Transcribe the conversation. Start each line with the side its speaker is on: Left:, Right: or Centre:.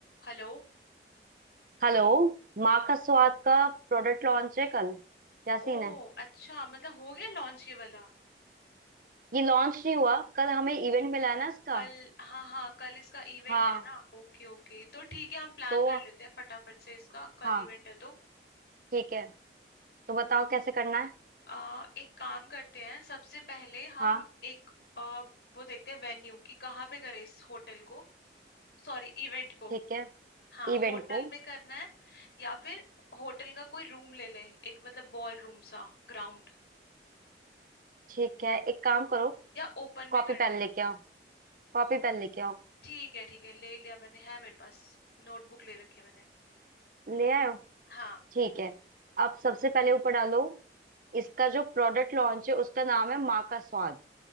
Left: Hello
Right: Hello माँ का स्वाद का प्रोडक्ट लॉन्च है कल क्या सीन
Left: ओ
Right: है
Left: अच्छा मतलब हो गया लॉन्च ये वाला
Right: ये लॉन्च नहीं हुआ कल हमें इवेंट मिला है ना इसका
Left: कल हाँ हाँ कल इसका इवेंट
Right: हाँ
Left: है ना ओके ओके तो ठीक है हम प्लान
Right: तो
Left: कर लेते हैं फटाफट से इसका कल
Right: हाँ
Left: इवेंट है तो
Right: ठीक है तो बताओ कैसे करना है
Left: आ, एक काम करते हैं सबसे पहले हम
Right: हाँ
Left: एक आ, वो देखते हैं वेन्यू कि कहाँ पे करें इस होटल को सॉरी इवेंट को
Right: ठीक है
Left: हाँ
Right: इवेंट
Left: होटल
Right: को
Left: में करना है या फिर होटल का कोई रूम ले ले एक मतलब बॉल रूम सा ग्राउंड
Right: ठीक है एक काम करो
Left: या ओपन
Right: कॉपी
Left: में करना
Right: पेन
Left: है
Right: लेके आओ कॉपी पेन लेके आओ
Left: ठीक है ठीक है ले लिया मैंने है मेरे पास नोटबुक ले रखी है मैंने
Right: ले आए हो
Left: हाँ
Right: ठीक है अब सबसे पहले ऊपर डालो इसका जो प्रोडक्ट लॉन्च है उसका नाम है माँ का स्वाद